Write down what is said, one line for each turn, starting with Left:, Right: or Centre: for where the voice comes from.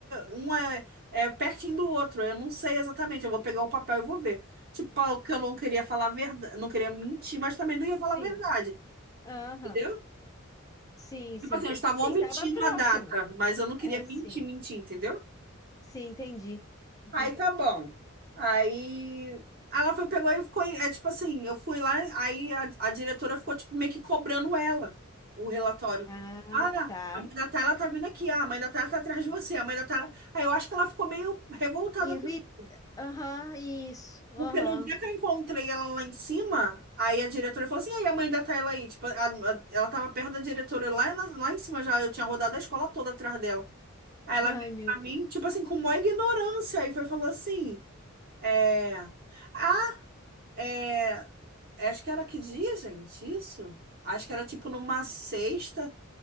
Right: um é, é pertinho do outro. Eu não sei exatamente, eu vou pegar o papel e vou ver. Tipo, porque eu não queria falar verdade, não queria mentir, mas também não ia falar
Left: Sim.
Right: a verdade.
Left: Aham.
Right: Entendeu?
Left: Sim, sim.
Right: Tipo assim, eu estava
Left: Sim,
Right: omitindo
Left: tava próximo.
Right: a data, mas eu não queria
Left: É,
Right: mentir,
Left: sim.
Right: mentir, entendeu?
Left: Sim, entendi. Uhum.
Right: Aí tá bom. Aí ela foi, pegou e ficou. É tipo assim, eu fui lá, aí a, a diretora ficou tipo meio que cobrando ela, o relatório.
Left: Ah,
Right: Ah,
Left: tá.
Right: a mãe da Tayla tá vindo aqui, ah, a mãe da Tayla tá atrás de você, a mãe da Tayla. Aí eu acho que ela ficou meio revoltada
Left: Irrit...
Right: com isso.
Left: Aham, isso. Aham.
Right: Porque no dia que eu encontrei ela lá em cima, aí a diretora falou assim: e aí a mãe da Tayla aí? Tipo, a- a- ela tava perto da diretora lá, na- lá em cima já, eu tinha rodado a escola toda atrás dela. Aí
Left: Ai,
Right: ela veio
Left: meu
Right: pra
Left: Deus.
Right: mim, tipo assim, com maior ignorância, e foi falou assim, é... Ah, é... é, Acho que era que dia, gente, isso? Acho que era tipo numa sexta.